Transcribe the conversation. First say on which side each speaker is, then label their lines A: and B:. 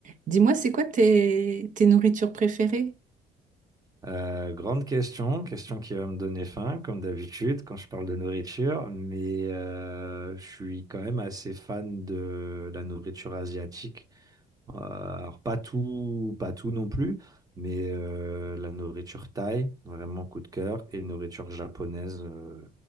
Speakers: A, on the right (about 50°); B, on the right (about 20°).
A: Dis-moi, c'est quoi tes, tes nourritures préférées?
B: Euh, grande question, question qui va me donner faim, comme d'habitude, quand je parle de nourriture, mais euh, je suis quand même assez fan de la nourriture asiatique. Euh, alors pas tout, pas tout non plus, mais euh, la nourriture thaï, vraiment coup de cœur, et nourriture japonaise, euh,